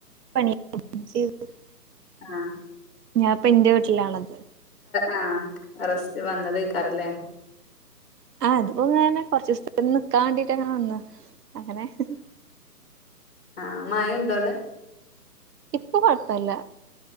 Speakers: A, on the right; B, on the left.
A: പ <unintelligible>
B: ആഹ്
A: ഞാപ്പൊ ഇന്റെ വീട്ടിലാള്ളത്
B: ആ റസ്റ്റിന് വന്നതായിക്കാരം ഇല്ലേ
A: ആ അത് അപ്പൊ കൊറച്ച് ദിവസത്തേക്ക് നിക്കാൻ വേണ്ടിട്ട് വന്നതാ അങ്ങനെ-
B: ആ മഴയുണ്ടോ അവിടെ?
A: ഇപ്പൊ കൊഴപ്പല്ല